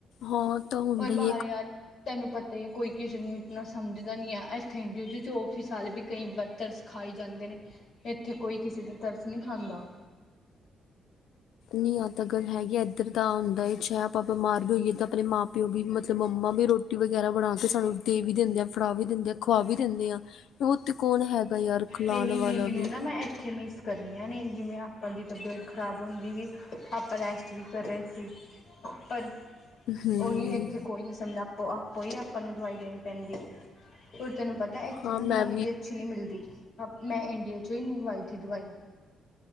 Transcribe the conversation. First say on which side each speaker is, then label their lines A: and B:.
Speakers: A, on the left; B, on the left.
A: ਹਾਂ ਤਾਂ ਹੁੰਦਾ
B: ਹੋਰ
A: ਹੀ
B: ਬਾਹਰ
A: ਹੈ
B: ਯਾਰ ਤੈਨੂੰ ਪਤਾ ਹੀ ਹੈ ਕੋਈ ਕਿਸੇ ਨੂੰ ਇਤਨਾ ਸਮਝਦਾ ਨਹੀਂ ਹੈ ੲੱਥੇ ਇੰਡੀਆ ਚ ਜੋ ਔਫਿਸ ਵਾਲੇ ਵੀ ਕਈ ਬ ਤਰਸ ਖਾ ੲ ਜਾਂਦੇ ਨੇ ਇੱਥੇ ਕੋਈ ਕਿਸੇ ਤੇ ਤਰਸ ਨਹੀਂ ਖਾਂਦਾ।
A: ਨ ਆ ਤਾਂ ਗੱਲ ਹੈਗੀ ਇੱਧਰ ਤਾਂ ਹੁੰਦਾ ਏ ਚਾਹ ਆਪਾਂ ਬਿਮਾਰ ਵੀ ਹੋਈਏ ਤਾਂ ਆਪਣੇ ਮਾਂ ਪਿਓ ਵੀ ਮਤਲਬ ਮੰਮਾ ਵੀ ਰੋਟੀ ਟੀ ਵਗੈਰਾ ਬਣਾ ਕੇ ਸਾਨੂੰ ਦੇ ਵੀ ਦਿੰਦੇ ਆ, ਫੜਾ ਵੀ ਦਿੰਦੇ ਆ, ਖੁਵਾ ਵੀ ਦਿੰਦੇ ਆ। ਉਹ ਤੇ ਕੌਣ ਹੈਗਾ ਯਾਰ ਖਲਾਨ
B: ਇਹੀ
A: ਵਾਲਾ
B: ਚੀਜ਼ ਨੂੰ
A: ਵੀ।
B: ਨਾ ਮੈਂ ਐਥੇ ਮਿਕਸ ਮੈ। ਕਰਨੀਆਂ ਨੇ ਜਿਵੇਂ ਆਪਾਂ ਦੀ ਤਬੀਅਤ ਖ਼ਰਾਬ ਹੁੰਦੀ ਸੀ ਆਪਾਂ ਰੈਸਟ ਵੀ ਕਰ ਰਹੇ ਸੀ। ਪਰ
A: ਹਮ
B: ਉਹੀ ਇੱਥੇ ਕੋਈ ਨੀ ਸਮਝਦਾ ਆਪ ਆਪੋ ਹੀ ਆਪਾਂ ਨੂੰ ਦਵਾਈ ਦੇਣੀ ਪੈਂਦੀ ਹੈ ਉਹ ਤੈਨੂੰ ਪਤਾ। ਤਾਂ ਇੱਥੇ
A: ਹਾਂ
B: ਨਾ
A: ਮੈਂ
B: ਦਵਾਈ ਵੀ ਅੱਛੀ ਨਹੀ ਮਿਲਦੀ ਆਪ ਮੈਂ ਇੰਡੀਆ ਚੋਂ ਹੀ ਮੁੰਬਈ ਥੀ ਦਵਾਈ।